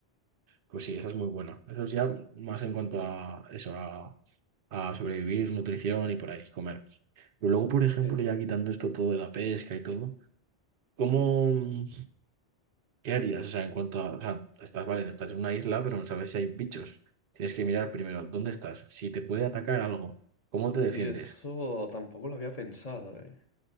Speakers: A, on the right; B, on the left.
A: pues sí, esa es muy buena. Eso es ya más en cuanto a eso, a, a sobrevivir, nutrición y por ahí, comer. Pero luego, por ejemplo,
B: Sí,
A: ya quitando esto todo de la pesca y todo, ¿cómo...? ¿Qué harías? O sea, en cuanto a, o sea, estás, vale, estás en una isla, pero no sabes si hay bichos. Tienes que mirar primero dónde estás, si te puede atacar algo, cómo te defiendes.
B: sí, eso tampoco lo había pensado, ¿eh?